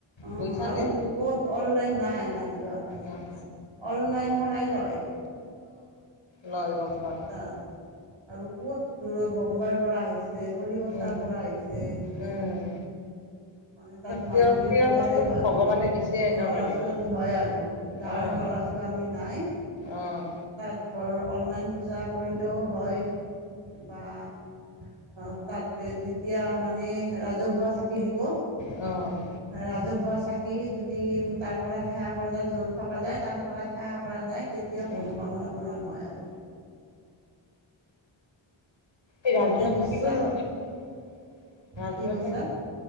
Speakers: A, on the right; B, on the left.
A: অ',
B: গৈছানে?
A: আৰু ক'ত অনলাইন নাই, নাই যোৱা নাই।
B: অ',
A: অনলাইন সৰাই লয়।
B: লল গম। পাওঁ।
A: তাত। আৰু ক'ত দূৰত। বম্বাইৰ পৰা আহিছে, কলিকতাৰ
B: উম,
A: পৰা আহিছে।
B: উম,
A: মানে তাত
B: তিৰ
A: মানসিক
B: তিৰতাটো
A: পলেৰে পাৰে।
B: ভগৱানে দিছে একেবাৰে।
A: লৰা ছোৱালী হয় আৰু যাৰ
B: অ',
A: লৰা ছোৱালী নাই
B: অ', অ',
A: তাত <unintelligible> অলনাইন পূজা কৰিলেও হয়। বা। অহ, তাতে যেতিয়া মানে ৰাজহুৱা চাকি দিব।
B: অ'।
A: ৰাজহুৱা চাকি যদি তাৰ পৰা সেৱা <unintelligible> য'ত থকা যায় তাৰ পৰা সেৱা কৰা যায়। তেতিয়া মনোকামনা
B: অ'।
A: পুৰণ হয় আৰু।
B: এই ৰাজহুৱা
A: মানে বিশ্বাস
B: চাকি, ৰাজহুৱা
A: কি কৈছা
B: চাকি,